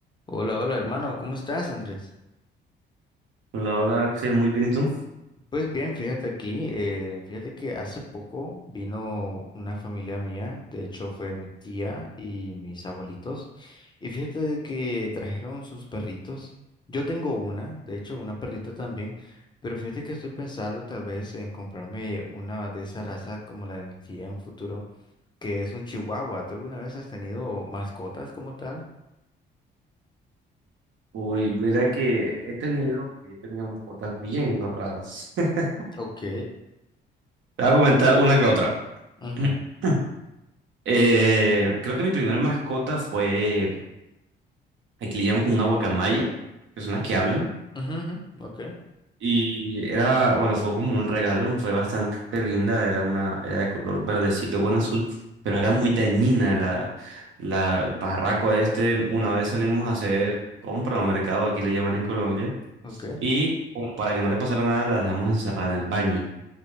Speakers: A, on the left; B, on the right.
A: Hola, hola hermano, ¿cómo estás, Andrés?
B: Hola, hola Axel, muy bien, ¿y tú?
A: Pues bien, fíjate aquí, eh, fíjate que hace poco vino una familia mía, de hecho fue mi tía y mis abuelitos, y fíjate de que trajeron sus perritos. Yo tengo una, de hecho una perrita también, pero fíjate que estoy pensando tal vez en comprarme una de esa raza como la de mi tía en un futuro, que es un chihuahua. ¿Tú alguna vez has tenido mascotas como tal?
B: Uy, mira que he tenido, he tenido mascotas bien raras. <laughs> Te
A: Ok.
B: voy a comentar una que otra.
A: Ujú,
B: <clears throat> Eh, creo que mi primera mascota fue, aquí le llaman como una guacamaya, que son las que hablan.
A: ujú, ujú, Ok.
B: Y era, bueno, fue como un regalo, fue bastante linda, era una, era de color verdecito con azul, pero era muy
A: ujú,
B: dañina la, la, el pajarraco este. Una vez salimos a hacer compra o mercado, aquí le llaman en Colombia.
A: Ok.
B: Y como para que no le pasara nada, la dejamos encerrada en el baño.